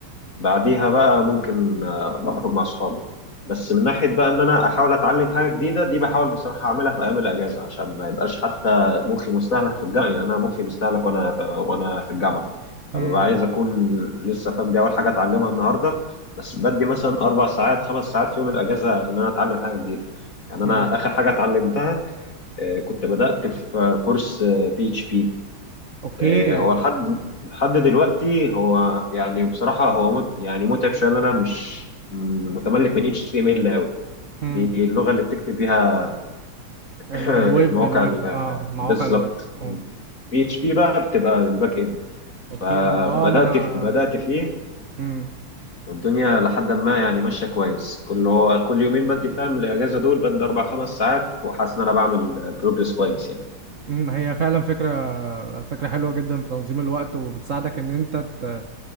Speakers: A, on the left (about 40°); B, on the right (about 45°).
A: بعديها بقى ممكن آه، اخرج مع اصحابي بس من ناحيه بقى ان انا احاول اتعلم حاجه جديده دي بحاول بصراحه اعملها في ايام الاجازه عشان ما يبقاش حتى مخي مستهلك في الجامعه يعني انا مخي بيستهلك وانا في وانا في الجامعه
B: مم.
A: فببقى عايز اكون لسه فاهم دي اول حاجه اتعلمها النهارده بس بدي مثلا اربع ساعات خمس ساعات في يوم الاجازه ان انا اتعلم حاجه جديده يعني
B: مم.
A: انا اخر حاجه اتعلمتها آه، كنت بدات في كورس بي اتش بي
B: اوكي
A: آه، هو لحد لحد دلوقتي هو يعني بصراحة هو مت يعني متعب شوية إن أنا مش م- متملك من HTML أوي
B: مم.
A: دي اللغة اللي بتكتب بيها
B: ال
A: <clears throat>
B: الويب
A: المواقع
B: الويب
A: ال-
B: اه مواقع
A: بالظبط
B: الويب اه
A: PHP بقى بتبقى الباك إند
B: اوكي
A: فبدأت
B: انا اه ما انا
A: في بدأت فيه
B: مم.
A: والدنيا لحد ما يعني ماشية كويس كل هو كل يومين بدي فاهم الأجازة دول بدي أربع خمس ساعات وحاسس إن أنا بعمل بروجرس كويس يعني.
B: مم. هي فعلا فكرة فكرة حلوة جدا في تنظيم الوقت وبتساعدك ان انت ت...